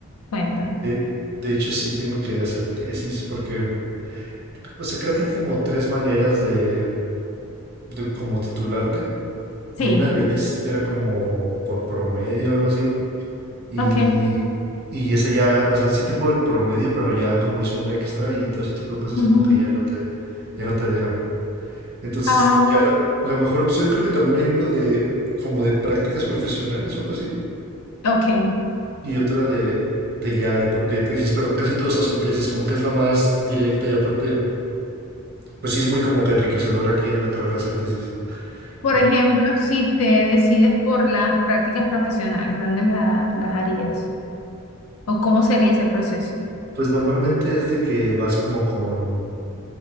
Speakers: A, on the left; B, on the right.
A: Cuéntame.
B: De, de hecho, sí tengo que hacer tesis, porque, o sea, creo que hay como tres maneras de, de como titularte,
A: Sí,
B: y una de ellas era como por promedio, algo así, y,
A: ok.
B: y esa ya, o sea, sí tengo el promedio, pero ya como hice un extra y todo ese tipo de cosas,
A: Ujú.
B: como que ya no te, ya no te dejan. Entonces,
A: Ah,
B: ya la, la mejor opción, creo que también hay uno de como de prácticas profesionales o algo así,
A: ok.
B: y otra de, de ya de, por- de tesis, pero casi todos hacen tesis, como que es la más directa y aparte, pues sí es muy como que enriquecedor aquí en la carrera hacer tesis.
A: Por
B: Ah,
A: ejemplo, si te decides por las prácticas profesionales, ¿dónde la- las harías? ¿O cómo sería ese proceso?
B: Pues normalmente es de que vas como con,